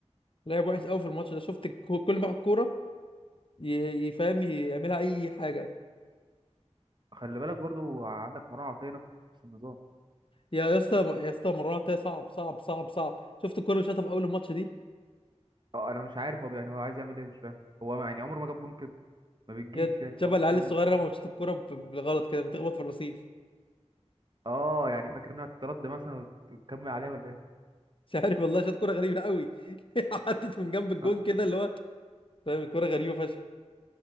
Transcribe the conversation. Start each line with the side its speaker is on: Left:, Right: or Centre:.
Left: لعب وحش قوي في الماتش ده شفت الكو- كل ما ياخد كوره ي- يفهم يعملها اي حاجه
Right: خلي بالك برضو عندك مروان عطية نفس النظام
Left: يا يا اسطى يا اسطى مرات صعب صعب صعب صعب شفت الكوره اللي شاطها في اول الماتش دي
Right: اه انا مش عارف هو بي- يعني هو عايز يعمل ايه مش فاهم هو يعني عمره ما جاب جون كده ما بتجيش
Left: هي
Right: يعني
Left: شبه
Right: فهو
Left: العيال
Right: عايز يعمل
Left: الصغيره لما بتشوط الكوره ب- بالغلط كده بتخبط في الرصيف
Right: اه يعني فاكر انها تترد مثلا وت- وتكمل عليها ولا ايه
Left: <laughs> مش عارف والله شاط كوره غريبه قوي <laughs> عدت من جنب الجون
Right: أنا-
Left: كده اللي هو فاهم الكوره غريبه فشخ